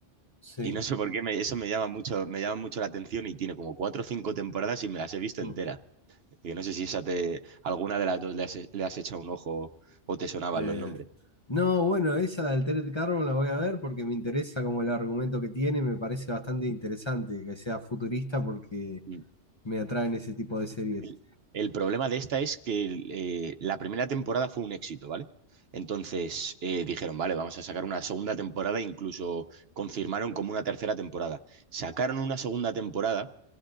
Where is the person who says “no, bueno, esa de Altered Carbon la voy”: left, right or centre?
Left